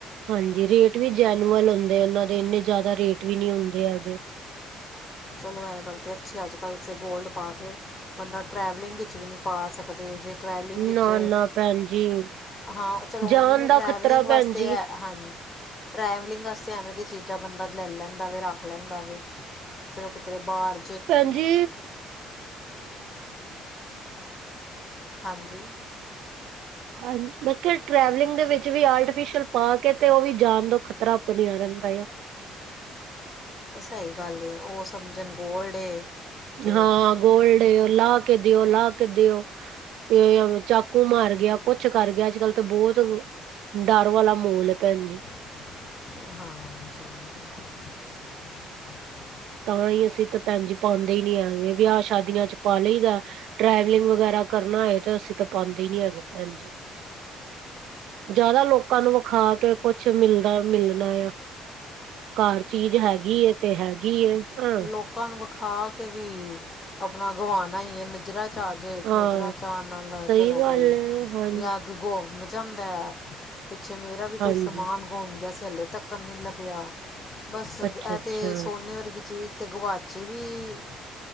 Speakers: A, on the right (about 75°); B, on the left (about 30°).
A: ਹਾਂਜੀ ਰੇਟ ਵੀ ਜੈਨੂਅਨ ਹੁੰਦੇ ਉਹਨਾਂ ਦੇ ਇੰਨੇ ਜ਼ਿਆਦਾ ਰੇਟ ਵੀ ਨਹੀਂ ਹੁੰਦੇ ਹੈਗੇ।
B: ਚਲੋ ਇਹ ਗੱਲ ਤੇ ਅੱਛੀ ਅੱਜਕੱਲ ਵਿਚ ਗੋਲਡ ਪਾ ਕੇ ਬੰਦਾ ਟਰੈਵਲਿੰਗ ਵਿੱਚ ਵੀ ਨਹੀਂ ਪਾ ਸਕ ਕਦੇ ਜੇ ਟਰੈਵਲਿੰਗ ਵਿੱਚ
A: ਨਾ ਨਾ ਭੈਣ ਜੀ
B: ਹਾਂ ਚਲੋ
A: ਜਾਨ
B: ਉਂਝ
A: ਦਾ
B: ਟਰੈਵਲਿੰਗ
A: ਖ਼ਤਰਾ
B: ਵਾਸਤੇ
A: ਭੈਣ ਜੀ
B: ਹੈ ਹਾਂਜੀ। ਟਰੈਵਲਿੰਗ ਵਾਸਤੇ ਐਵੇਂ ਦੀਆਂ ਚੀਜ਼ਾਂ ਬੰਦਾ ਲੈ ਲੈਂਦਾ ਵੇ ਰੱਖ ਲੈਂਦਾ ਵੇ। ਚਲੋ ਕਿਧਰੇ ਬਾਹਰ
A: ਭੈਣਜੀ
B: ਹਾਂਜੀ
A: ਹਾਂਜੀ ਮੈਂ ਕਿਹਾ ਟ੍ਰੈਵਲਿੰਗ ਦੇ ਵਿੱਚ ਵੀ ਆਰਟੀਫਿਸ਼ਅਲ ਪਾ ਕੇ ਤੇ ਉਹ ਵੀ ਜਾਣ ਦਾ ਖ਼ਤਰਾ ਬਨਿਆ ਰਹਿੰਦਾ ਹੈ।
B: ਸਹੀ ਗੱਲ ਉਹ ਸਮਝਣ ਗੋਲਡ ਏ ਤੇ
A: ਹਾਂ ਗੋਲਡ ਲਾ ਕੇ ਦਿਓ ਲਾ ਕੇ ਦਿਓ। ਤੇ ਚਾਕੂ ਮਾਰ ਗਿਆ ਕੁਛ ਕਰ ਗਿਆ ਅੱਜਕੱਲ੍ਹ ਤਾਂ ਬਹੁਤ ਡਰ ਵਾਲਾ ਮਾਹੌਲ ਹੈ ਭੈਣ ਜੀ।
B: ਹਾਂ ਹਾਂਜੀ-ਹਾਂਜੀ।
A: ਤਾਂ ਹੀ ਅਸੀਂ ਤਾਂ ਭੈਣ ਜੀ ਪਾਂਦੇ ਹੀ ਨਹੀਂ ਹੈਗੇ ਵਿਆਹ ਸ਼ਾਦੀਆਂ 'ਚ ਪਾ ਲਈ ਦਾ। ਟਰੈਵਲਿੰਗ ਵਗੈਰਾ ਕਰਨਾ ਹੋਏ ਤੇ ਅਸੀਂ ਤਾਂ ਪਾਉਂਦੇ ਨੀ ਹੈਗੇ ਭੈਣ ਜੀ। ਜ਼ਿਆਦਾ ਲੋਕਾਂ ਨੂੰ ਵਿਖਾ ਕੇ ਕੁਛ ਮਿਲਣਾ ਮਿਲਣਾ ਆ। ਘਰ ਚੀਜ਼ ਹੈਗੀ ਏ ਤੇ ਹੈਗੀ ਏ। ਹਾਂ
B: ਲੋਕਾਂ ਨੂੰ ਵਿਖਾ ਕੇ ਵੀ, ਆਪਣਾ ਗਵਾਣਾ ਹੀ ਹੈ ਨਜਰਾਂ ਚ ਆਜੇ
A: ਹਾਂ।
B: ਨਜ਼ਰਾਂ ਚ ਆਣ ਨਾਲ
A: ਸਹੀ
B: ਚਲੋ
A: ਗੱਲ
B: ਬਾਈ
A: ਏ ਹਾਂ
B: ਜਾਂ ਗੁੰਮ ਜਾਂਦਾ, ਪਿੱਛੇ ਮੇਰਾ ਵੀ ਕੋਈ
A: ਹਾਂਜੀ
B: ਸਮਾਨ ਗੁੰਮਮ ਗਿਆ ਸੀ ਹਲੇੇ ਤੱਕ ਨਹੀਂ ਲੱਭਿਆ ਬਸ ਇਹ
A: ਅੱਛਾ-ਅੱਛਾ
B: ਤੇ ਸੋਨੇ ਵਰਗੀ ਚੀਜ਼ ਤੇ ਗੁਵਾਚੀ ਵੀ,